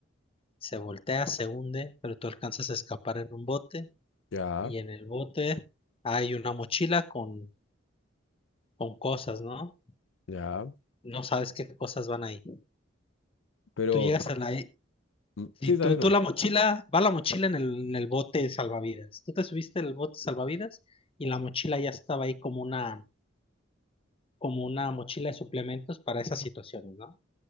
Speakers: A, on the left; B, on the left.
A: se voltea, se hunde, pero tú alcanzas a escapar en un bote,
B: Ya,
A: y en el bote hay una mochila con con cosas, ¿no?
B: ya,
A: No sabes qué cosas van ahí.
B: pero
A: Tú llegas a la...
B: mm,
A: Si
B: sí,
A: tú,
B: dale nomás.
A: tú la mochila, va la mochila en el, en el bote de salvavidas. Tú te subiste en el bote de salvavidas y la mochila ya estaba ahí como una, como una mochila de suplementos para esas situaciones, ¿no?